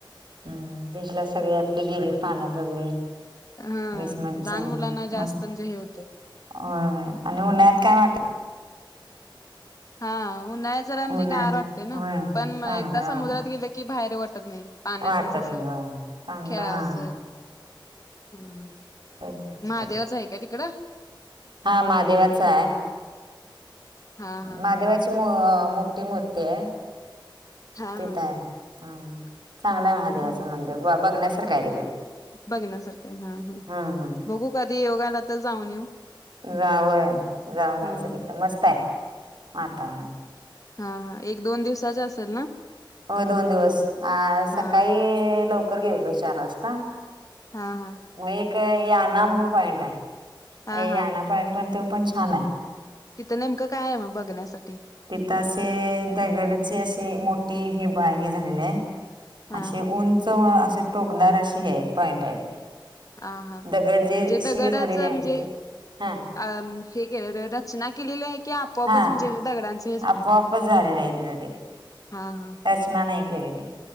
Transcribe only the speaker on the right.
हम्म बिजला सगळी आपली गेली पाण्यात वगैरे.
बीच मध्ये सगळी
मस्त
होय होय आणि उन्हा्यात काय वाटत.
उन्हात
होय
चांगलं
हा
वाटत
नाही होय चांगलं
हा.
तेच.
हा महादेवाचा आहे
महादेवा. मुठी मूर्ती आहे.
तिथ
आहे हम चांगलं आहे महादेवाचं
मंदिर ब बघण्यासारखं आहे तिकडे.
हम्म
जावय जाऊ नयचं
तिकड मस्त आहे वातावरण.
हो दोन दिवस अ सकाळी
लवकर गेऊलो चार वाजता.
मग एक याना म्हणून पॉईंट आहे
याना
पॉईंट पण तो पण छान आहे.
तिथं असे दगडचे असे मोठी हे बाय हे झालेली आहे.
असे
उंच असे टोकदार अे हे पॉइंट आहेत ते.
दगड जे
शिवी
झालेले
आहे ना ते हा
हा
आपोआपच झालेलं आहे तिथं ते
रचना नाही केलेली.